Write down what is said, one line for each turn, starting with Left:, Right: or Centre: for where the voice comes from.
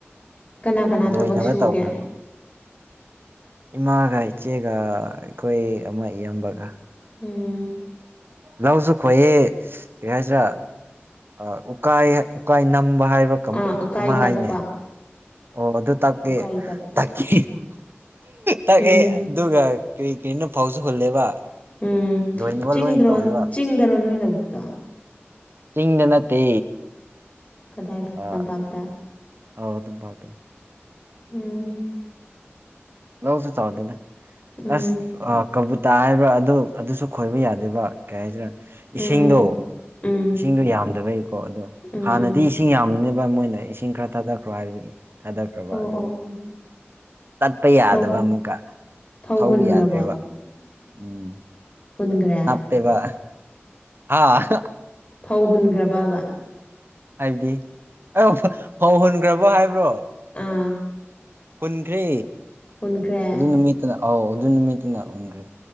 Left: ꯀꯅꯥ ꯀꯅꯥ ꯊꯕꯛ
Right: ꯂꯣꯏꯅꯕ
Left: ꯁꯨꯒꯦ
Right: ꯇꯧꯈ꯭ꯔꯅꯤ ꯏꯃꯥꯒ ꯏꯆꯦꯒ ꯑꯩꯈꯣꯏ ꯑꯃꯥ ꯏꯌꯥꯝꯕꯒ
Left: ꯎꯝ
Right: ꯂꯧꯖꯨ ꯈꯣꯏꯌꯦ ꯀꯔꯤ ꯍꯥꯏꯁꯤꯔꯥ ꯑꯥ ꯎꯀꯥꯏ ꯎꯀꯥꯏ ꯅꯝꯕ ꯍꯥꯏꯕ꯭ꯔ ꯀꯥꯃ
Left: ꯑꯥ ꯎꯀꯥꯏ
Right: ꯑꯃꯥꯏ
Left: ꯇꯛꯄ
Right: ꯍꯥꯏꯅꯦ ꯑꯣ ꯑꯗꯨ ꯇꯥꯛꯀꯦ
Left: ꯎꯀꯥꯏ ꯇꯛꯄ
Right: ꯇꯥꯛꯀꯦ ꯇꯥꯛꯑꯦ
Left: ꯎꯝ
Right: ꯑꯗꯨꯒ ꯀꯔꯤ ꯀꯩꯅ ꯐꯧꯁꯨ ꯍꯨꯜꯂꯦꯕ
Left: ꯎꯝ
Right: ꯂꯣꯏꯅꯕ
Left: ꯆꯤꯡꯗ꯭ꯔꯣꯟ
Right: ꯂꯣꯏ ꯇꯧꯋꯦꯕ
Left: ꯆꯤꯡꯗꯥꯔꯣ ꯅꯣꯏ ꯂꯧꯕꯨꯛꯇꯣ
Right: ꯆꯤꯡꯗ ꯅꯠꯇꯦ
Left: ꯀꯗꯥꯏꯗ
Right: ꯑ
Left: ꯇꯝꯄꯥꯛꯇ
Right: ꯑꯧ ꯇꯝꯄꯥꯛꯇ
Left: ꯍꯨꯝꯎꯝ
Right: ꯂꯧꯁꯨ ꯆꯥꯎꯗꯦꯗ
Left: ꯎꯝ
Right: ꯑꯁ ꯑꯥ ꯀꯧꯕꯨꯨꯇꯥ ꯍꯥꯏꯕ꯭ꯔꯥ ꯑꯗꯨ ꯑꯗꯨꯁꯨ ꯈꯣꯏꯕ ꯌꯥꯗꯦꯕ ꯀꯩ ꯍꯥꯏꯁꯤꯔꯥ ꯏꯁꯤꯡꯗꯣ
Left: ꯎꯝ ꯎꯝ ꯎꯝ ꯎꯝ
Right: ꯏꯁꯤꯡꯗꯣ ꯌꯥꯝꯗꯕꯩꯀꯣ ꯑꯗꯣ
Left: ꯎꯝ
Right: ꯍꯥꯟꯅꯗꯤ
Left: ꯎꯝ
Right: ꯏꯁꯤꯡ ꯌꯥꯝꯕꯅꯦꯕ ꯃꯣꯏꯅ ꯏꯁꯤꯡ ꯈꯔ ꯊꯥꯗꯛ ꯔꯣ ꯍꯥꯏꯕꯒꯤ ꯊꯥꯗꯠꯈ꯭ꯔꯕ
Left: ꯑꯣ
Right: ꯑꯗꯨ
Left: ꯑꯣ ꯑꯣ
Right: ꯄꯥ ꯌꯥꯗꯕ
Left: ꯐꯧ
Right: ꯑꯃꯨꯛꯀ
Left: ꯐꯧ
Right: ꯊꯧꯕ ꯌꯥꯗ꯭ꯔꯦꯕ
Left: <inaudible>
Right: ꯎꯝ
Left: ꯍꯨꯟꯒ꯭ꯔꯦ
Right: ꯄꯦꯕ ꯍꯥꯥ
Left: ꯐꯧ ꯍꯨꯟꯒ꯭ꯔꯕꯕꯥ
Right: ꯍꯥꯏꯕꯗꯤ ꯑꯥꯎ ꯐꯧ ꯍꯨꯟꯒ꯭ꯔꯕꯣ ꯍꯥꯏꯕ꯭ꯔꯣ
Left: ꯑꯥ
Right: ꯍꯨꯟꯈ꯭ꯔꯦ
Left: ꯍꯨꯟꯈ꯭ꯔꯦ
Right: ꯑꯗꯨ ꯅꯨꯃꯤꯠꯇꯅ ꯑꯧ ꯑꯗꯨ ꯅꯨꯃꯤꯠꯇꯨꯅ ꯍꯨꯟꯈ꯭ꯔꯦ